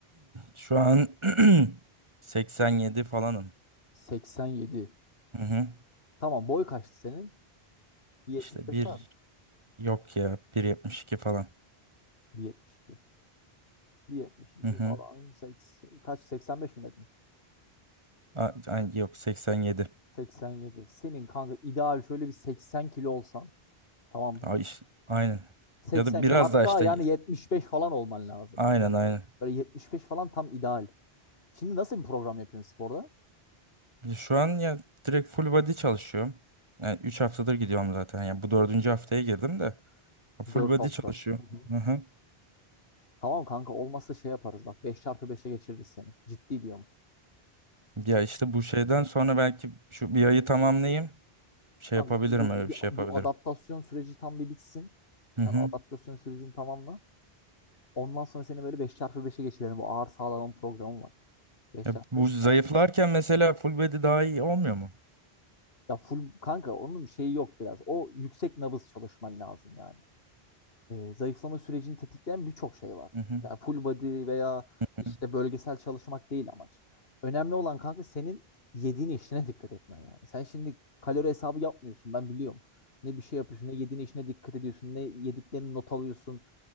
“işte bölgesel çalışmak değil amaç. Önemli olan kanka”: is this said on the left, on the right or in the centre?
Left